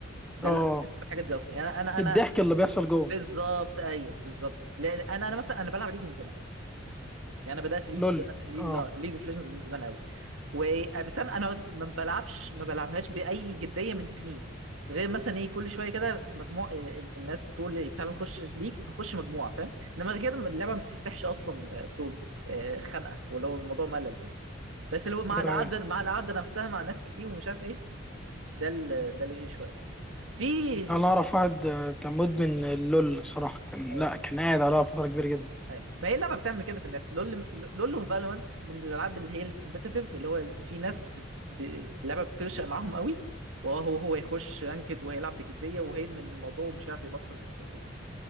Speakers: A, on the right; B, in the centre.
A: ده
B: اه
A: اللي انا بحس بالحاجات دي اصلا يعني انا
B: في
A: انا
B: الضحك اللي بيحصل جوه
A: بالظبط ايوه بالظبط لان انا انا مثلا انا بلعب ليج من زمان يعني انا بدات ليج
B: لول
A: زمان
B: اه
A: ليج اوف ليجندز من زمان قوي وابيسان انا ما بلعبش ما بلعبهاش باي جديه من سنين غير مثلا ايه كل شويه كده في مجموع إيه، الناس تقول تعالى نخش ليك بنخش مجموعه فاهم انما غير كده اللعبه ما بتفتحش اصلا آه، سولو آه، خنقه ولو الموضوع ملل يعني بس اللي هو مع
B: ايوه
A: القعده
B: ايوه
A: مع القعده نفسها مع ناس كتير ومش عارف ايه ده اللي ده اللي فيه شويه في
B: انا اعرف واحد آه، كان مدمن اللول الصراحه كان
A: آه،
B: لا كان قاعد عليها فتره كبيره جدا
A: ايوه ما هي اللعبه بتعمل كده في الناس لول لول وفالورانت من الالعاب اللي هي الكومبيتيتيف اللي هو في ناس بت... ب... اللعبه بتنشأ معاهم قوي وهو هو يخش رانكد وهيلعب بجديه وهيدمن الموضوع ومش عارف يبطل ومش عارف ايه